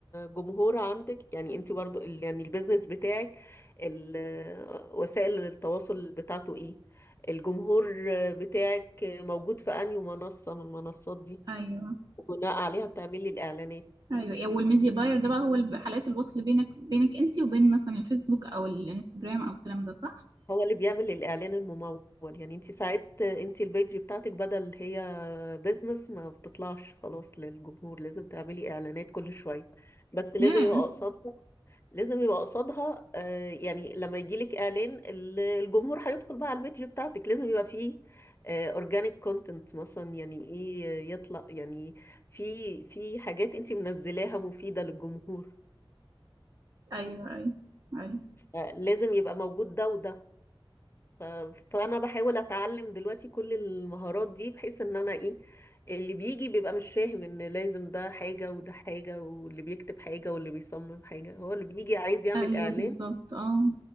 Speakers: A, on the left (about 30°); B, on the right (about 50°).
A: جمهور عندك يعني انت برضه ال- يعني البيزنس بتاعك ال- وسائل التواصل بتاعته ايه الجمهور بتاعك موجود في انهي منصة من المنصات دي
B: ايوه
A: وبناء عليها بتعملي الاعلانات
B: ايوه إيه، والميديا باير ده بقى هو الب- حلقة الوصل بينك بينك انت وبين مثلا الفيسبوك او الانستجرام او الكلام ده صح؟
A: هو اللي بيعمل الاعلان الممول يعني انت ساعات انت البيج بتاعتك بدل هي بيزنس ما بتطلعش خلاص للجمهور لازم تعملي اعلانات كل شوية بس لازم
B: ياه
A: يبقى قصادها لازم يبقى قصادها آه، يعني لما يجيلك اعلان ال- الجمهور هيدخل بقى على البيج بتاعتك لازم يبقى فيه اورجانيك كونتنت مثلا يعني ايه آه، يطلع يعني في في حاجات انت منزلاها مفيدة للجمهور
B: ايوه ايوه ايوه
A: آه، لازم يبقى موجود ده وده ف- فانا بحاول اتعلم دلوقتي كل المهارات دي بحيث ان انا ايه اللي بيجي بيبقى مش فاهم ان لازم ده حاجة وده حاجة واللي بيكتب حاجة واللي بيصمم حاجة هو اللي بيجي عايز يعمل
B: ايوه
A: اعلان
B: بالظبط اه